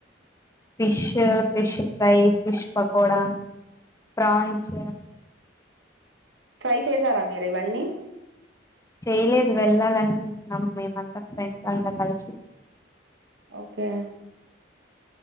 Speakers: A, on the left; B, on the right.
A: fish fish fry fish pakoda prawns
B: పై చేసారా మీరు ఇవన్నీ
A: చేయలేదు వెళ్ళాలనుకుంటున్నాం మేమంతా ఫ్రెండ్స్ అంతా కలిసి
B: ఓకే